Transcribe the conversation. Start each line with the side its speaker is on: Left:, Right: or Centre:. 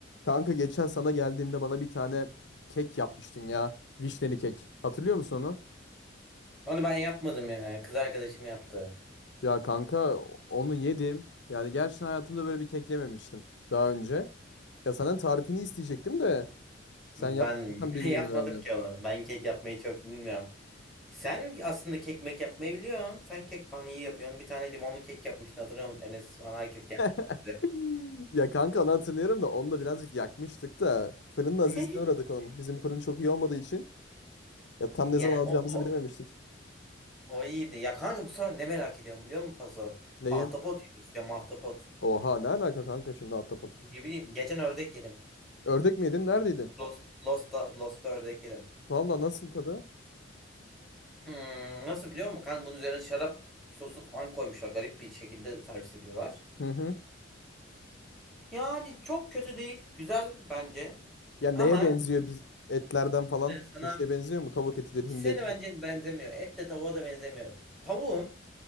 Left: Kanka geçen sana geldiğimde bana bir tane kek yapmıştın ya. Vişneli kek. Hatırlıyor musun onu?
Centre: Onu ben yapmadım ya. Kız arkadaşım yaptı.
Left: Ya kanka onu yedim. Yani gerçekten hayatımda böyle bir kek yememiştim daha önce. Ya senden tarifini isteyecektim de sen
Centre: Ben
Left: yapmışsan
Centre: <laughs>
Left: bilmiyorsun
Centre: ben yapmadım
Left: herhalde.
Centre: ki onu. Ben kek yapmayı çok bilmiyorum. Sen aslında kek mek yapmayı biliyorsun. Sen kek falan iyi yapıyorsun. Bir tane limonlu kek yapmıştın hatırlıyor musun? Enes falan herkes gelmiş
Left: <laughs>
Centre: bize.
Left: Ya kanka onu hatırlıyorum da onu da birazcık yakmıştık da fırının azizliğine
Centre: <laughs>
Left: uğradık onun. Bizim fırın çok iyi olmadığı için ya tam
Centre: Yani
Left: ne zaman alacağımızı
Centre: o, o,
Left: bilememiştik.
Centre: o iyiydi. Ya kanka bu sıra ne merak ediyorum biliyor musun Paso?
Left: Neyi?
Centre: Ahtapot yemek istiyorum ahtapot.
Left: Oha ne alaka kanka şimdi ahtapot.
Centre: Ne bileyim geçen ördek yedim.
Left: Ördek mi yedin? Neredeydin?
Centre: Lost, Lost'ta, Lost'ta ördek yedim.
Left: Valla nasıl tadı?
Centre: Hmm, nasıl biliyor musun? Kanka bunun üzerine şarap sosu falan koymuşlar. Garip bir şekilde servis ediyorlar.
Left: Hı hı.
Centre: Yani çok kötü değil. Güzel bence.
Left: Ya neye
Centre: Ama
Left: benziyor biz etlerden falan?
Centre: işte sana
Left: Bir şeye benziyor mu? Tavuk etidir,
Centre: ikisine
Left: hindi etidir.
Centre: de bence benzemiyor. Et de tavuğa da benzemiyor. Tavuğun